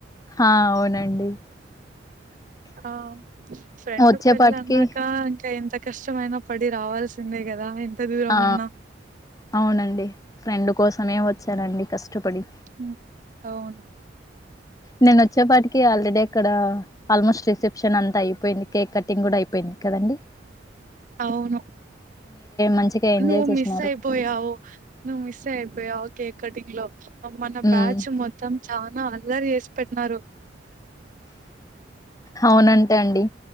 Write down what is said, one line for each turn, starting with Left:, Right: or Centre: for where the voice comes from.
Left: ఆ! అవునండి.
Right: ఆ ఫ్రెండ్
Left: వచ్చేపాటికి
Right: పెళ్ళాన్నాక ఇంకా ఎంత కష్టమైన పడి రావాల్సిందే కదా దూరం
Left: ఆ
Right: ఉన్నా
Left: అవునండి ఫ్రెండు కోసమే వచ్చానండి కష్టపడి
Right: హ్మ్ అవును
Left: నేనొచ్చేప్పాటికి ఆల్రెడీ అక్కడ ఆల్మోస్ట్ రిసెప్షనంతా అయిపోయింది కేక్ కట్టింగ్ కూడా అయిపోయింది కదండి
Right: అవును
Left: మంచిగా ఎంజాయ్
Right: నువ్
Left: చేసినారు.
Right: మిస్సైపోయావు నువ్ మిస్సైఅపోయావు కేక్ కటింగ్ లో మన
Left: హ్మ్.
Right: బ్యాచ్ మొత్తం చానా అల్లరి చేసి పెట్టినారు
Left: అవునంటా అండి